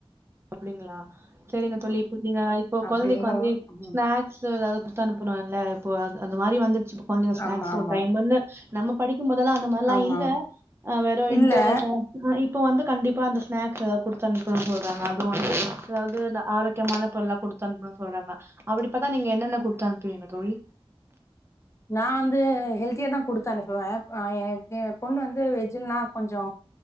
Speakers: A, on the right (about 25°); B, on the left (about 30°).
A: அப்டிங்களா சேரிங்க தோழி. இப்ப நீங்க இப்போ
B: அப்டி
A: கொழ்ந்தைக்கு
B: இருந்தாலு
A: வந்து
B: ம்
A: ஸ்நாக்ஸு ஏதாது குடுத்தனுப்பனுல்ல இப்பொ அத் அந்த மாரி வந்துச்சு கொஞ்சொ ஸ்நாக்ஸ்ஸு
B: ஆமா ஆமா
A: ஒரு டைமுன்னு நம்ம படிக்கும் போதெல்லா அந்த மாரெல்லா
B: ஆமா
A: இல்ல அ வெறு
B: இல்ல
A: இன்டர்வல் போவொ ஆயி இப்போ வந்து கண்டிப்பா அந்தச் ஸ்நாக்ஸ் எதாது குடுத்தனுப்புனு சொல்றாங்க அது ஒன்னு அதாவ்து அந்த ஆரக் முக்கியமான பொருல்லா குடுத்து அனுப்பனு சொல்றாங்க. அப்டி பாத்தா நீங்க என்னென்ன குடுத்து அனுப்புவீங்க தோழி
B: நா வந்து ஹெல்த்தியாதா குடுத்து அனுப்புவ அஹ் ஏ ஏ பொண்ணு வந்து வெஜ்ஜுல்லா கொஞ்சோ